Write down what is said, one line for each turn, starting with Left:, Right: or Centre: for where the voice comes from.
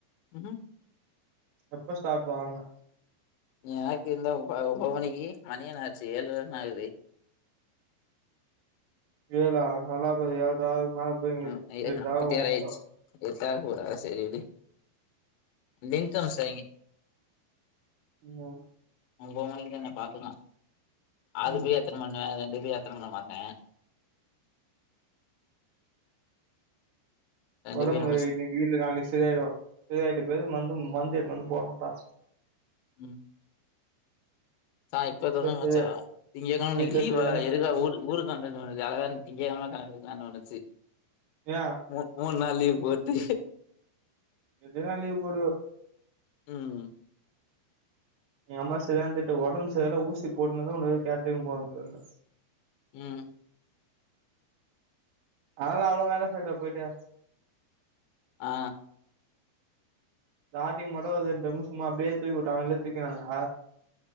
Left: ம்
Right: எப்ப ஸ்டார்ட்றான்ன
Left: நீ எனக்கு இருந்தா ஒன்ம்பது மணிக்கு மணி என்ன ஆச்சு ஏழு தான ஆகுது
Right: ஏழா நல்லாபாரு ஏழ்ற ஆவுது மேல போயிங்குது
Left: ம் ஏழு
Right: எட்டாகு
Left: நாப்பது ஏழு
Right: மொத்தோ
Left: ஆச்சு எட்டாக போதா விடு சரி பின்கம் செய்ங்க
Right: மு
Left: ஒன்பது மணிக்கு தான பாத்துக்கலா அதுக்குள்ள
Right: ம்
Left: எத்தன மணி நேர செண்டு <inaudible> எத்துன்னு வருவா உங்க அண்ண ரெண்டு
Right: உடம்பு
Left: பேர் முடிச்சு
Right: இன்னைக்கு இல்ல நாளைக்கு சரியாய்டு சரியாயிட்ட பெறகு மந்து மந்து எத்துன்னு வந்து போணும்ப்பா
Left: ம் ச்சா இப்ப
Right: வீட்ல
Left: தொறந்த
Right: செரி
Left: மச்சா திங்ககிழம அன்னைக்
Right: வீட்ல
Left: லீவா
Right: சரியான திட்டு
Left: எதுக்காக ஊருக் ஊருக் கெளம்புறன்டா உனக்கு யாராவன் திங்ககிழமதா கெளம்புவீங்கனா நெனச்சு
Right: ஏ
Left: மு மூண் நாள் லீவ் போட்டு
Right: எதுனா லீவ் பொடு
Left: ம்
Right: எங்க அம்மா செரியான திட்டு உடம்பு செரில ஊசி போட்டுனுதா உனக்கு கேட்ரிங் போறது னு
Left: ம்
Right: அவளாலதா வேல செய்ற போய்ட்டு
Left: ஆ
Right: ராட்டி மட்டு வச்சுன் டிரம்மு சும்மா அப்டியே தூக்கி விட்டா அவனுங்களே தூக்கினானுங்க